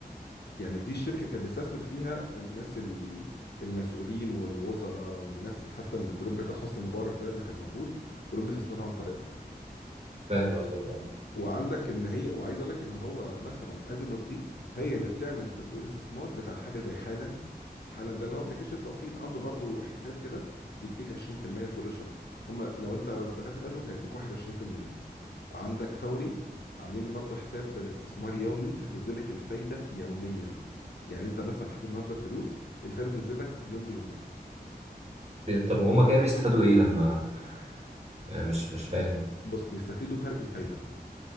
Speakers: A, on the left; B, on the right.
A: يعني دي الشركه اللي كانت بيستثمر فيها الناس ال- المسؤولين والوزراء والناس حتى الجروب بتاع حسني مبارك ده ما كان موجود كلهم بيستثمروا عن طريقها يعني
B: فاهم قصدك اه
A: وعندك ان هي وعايز اقول لك ان هو مثلا ازيموت دي هي اللي بتعمل صندوق الاستثمار بتاع حاجه زي حالا حالا ده اللي هو ابلكيشن التقسيط عنده برضو حساب كده بيديك 20% كل شهر هم لو انت دخلت في ازيموت هيديك 21% عندك فوري عاملين برضو حساب استثمار يومي بتنزل لك الفايده يوميا يعني انت مثلا حطيت النهارده الفلوس الفايده تنزل لك يوم بيومه
B: طب هما كده بيستفادوا ايه لما آه، مش مش فاهم
A: بص بيستفيدوا فرق الفايده